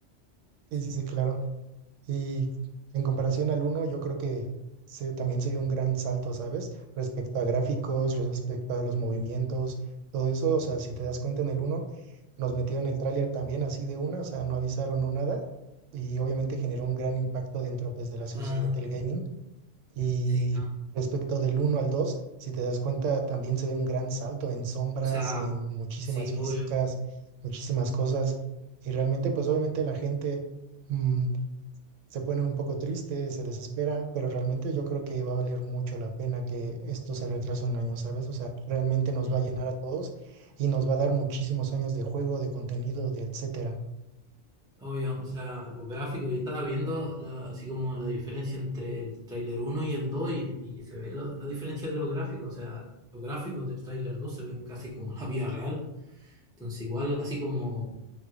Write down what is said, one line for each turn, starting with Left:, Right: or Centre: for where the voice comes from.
Right: Sí,
Centre: Sí,
Right: sí, sí, claro. Y en comparación al uno yo creo que se, también se vio un gran salto, ¿sabes? Respecto a gráficos, respecto a los movimientos, todo eso, o sea, si te das cuenta en el uno nos metieron el tráiler también así de una, o sea, no avisaron o nada, y obviamente generó un gran impacto dentro, pues, de la sociedad
Centre: Ah,
Right: del gaming. Y
Centre: sí, no,
Right: respecto del uno al 2 si te das cuenta, también se ve un gran salto en sombras,
Centre: o sea,
Right: en muchísimas
Centre: sí,
Right: físicas,
Centre: obvio.
Right: muchísimas cosas, y realmente, pues, obviamente la gente... mm, se ponen un poco tristes, se desespera, pero realmente yo creo que va a valer mucho la pena que esto se retrase un año, ¿sabes? O sea, realmente nos
Centre: Mm.
Right: va a llenar a todos y nos va a dar muchísimos años de juego, de contenido, de etcétera.
Centre: Obvio, o sea, los gráficos, yo estaba viendo la- así como la diferencia entre el tráiler uno y el 2 y, y se ve la, la diferencia de los gráficos, o sea, los gráficos del tráiler 2 se ven casi como la vida real, entonces igual así como